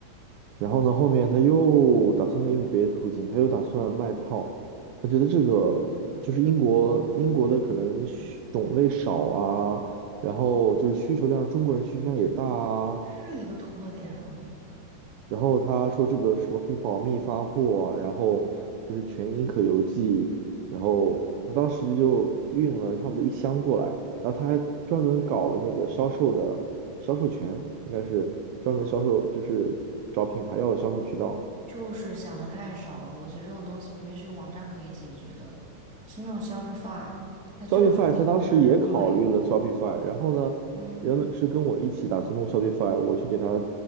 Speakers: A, on the right (about 80°); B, in the centre.
A: 然后呢，后面他又打算用别的途径，他又打算卖套。他觉得这个就是英国英国的可能需种类少啊，然后就是需求量，中国人需求量也大啊，
B: 是一个突破点啊。
A: 然后他说这个什么可以保密发货啊，然后就是全英可邮寄，然后他当时就运了差不多一箱过来，然后他还专门搞了那个销售的销售权，应该是专门的销售，就是找品牌要的销售渠道。
B: 就是想的太少了，我觉得这种东西明明是有网站可以解决的，是那种 Shopify，它就是专门儿对，
A: Shopify 他当时也考虑了 Shopify，然后呢，
B: 嗯。
A: 原本是跟我一起打算弄 Shopify，我去给他